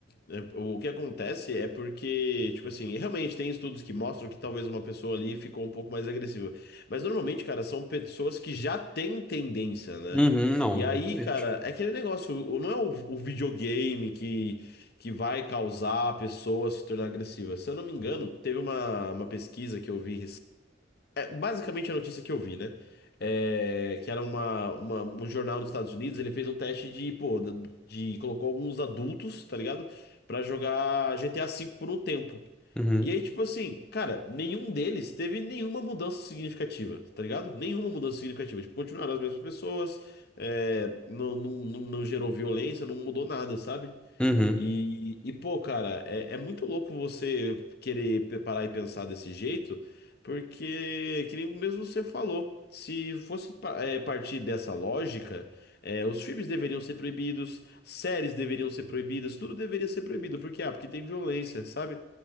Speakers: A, on the left (about 55°); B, in the centre.
A: é, o que acontece é porque, tipo assim, realmente tem estudos que mostram que talvez uma pessoa ali ficou um pouco mais agressiva. Mas normalmente, cara, são pessoas que já têm tendência, né?
B: Uhum, não,
A: E aí,
B: exatamente.
A: cara, é aquele negócio, o- não é o, o videogame que, que vai causar a pessoa se tornar agressiva. Se eu não me engano, teve uma, uma pesquisa que eu vi Basicamente a notícia que eu vi, né? É, que era uma, uma- um jornal dos Estados Unidos, ele fez um teste de, pô, da- de, colocou alguns adultos, tá ligado? Pra jogar GTA V por um tempo.
B: Uhum,
A: E aí, tipo assim, cara, nenhum deles teve nenhuma mudança significativa, tá ligado? Nenhuma mudança significativa. Tipo, continuaram as mesmas pessoas, é, não, não, não, não gerou violência, não mudou nada, sabe?
B: uhum,
A: E, e, pô, cara, é, é muito louco você querer pe- parar e pensar desse jeito, porque, que nem mesmo você falou, se fosse pa- é, partir dessa lógica, é, os filmes deveriam ser proibidos, séries deveriam ser proibidas, tudo deveria ser proibido, porque, ah, porque tem violência, sabe?